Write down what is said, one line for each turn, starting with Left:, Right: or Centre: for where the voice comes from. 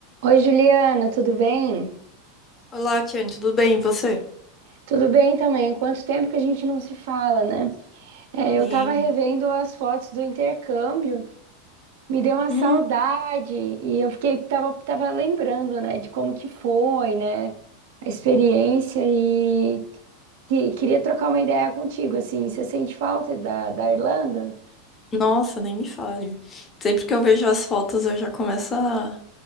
Right: Oi, Juliana, tudo bem?
Left: Olá, Tiane, tudo bem? E você?
Right: Tudo bem também. Quanto tempo que a gente não se fala, né? É,
Left: Sim.
Right: eu tava revendo as fotos do intercâmbio, me deu uma
Left: Hum,
Right: saudade e eu fiquei, tava, tava lembrando, né, de como que foi, né, a experiência e, que- queria trocar uma ideia contigo, assim, você sente falta da, da Irlanda?
Left: nossa, nem me fale. Sempre que eu vejo as fotos, eu já começo a,